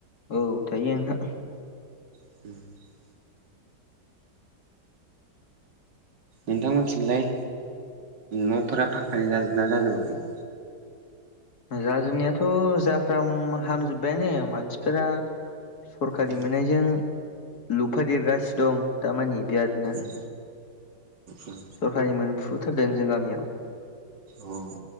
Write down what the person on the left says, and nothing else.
औ थायो नोंथां
जाजोबनायाथ' जाफ्राम हामजोबबायानो मानसिफोरा सरखारि
मोननायजों लुफादेरगासिनो दं दामानि बिरादनो
सरखारि मोनफुथारदों जों गामियाव